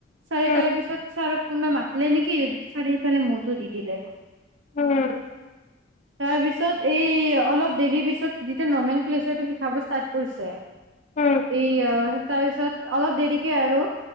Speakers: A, on the right (about 85°); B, on the left (about 40°).
A: ছাৰে
B: উম
A: তাৰ পিছত ছাৰক কোনোবা মাতিলে নেকি ছাৰে সিফালে মো দি দিলে
B: উম
A: তাৰ পিছত এই অলপ দেৰি পিছত যেতিয়া নৰ্মং ক্লাছতো শিকাব ষ্টাৰ্ট কৰিছে
B: উম
A: এ অ তাৰপিছত অলপ দেৰিকে আৰু